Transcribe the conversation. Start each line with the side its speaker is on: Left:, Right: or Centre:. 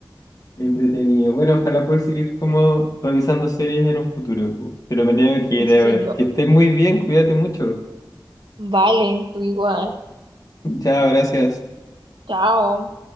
Left: Entretenido. Bueno, ojalá poder seguir como revisando series en un futuro, pu. pero me tengo que ir
Right: Sí,
Left: ahora.
Right: yo.
Left: Que estés muy bien, cuídate mucho.
Right: Vale, tú igual.
Left: Chao, gracias.
Right: Chao.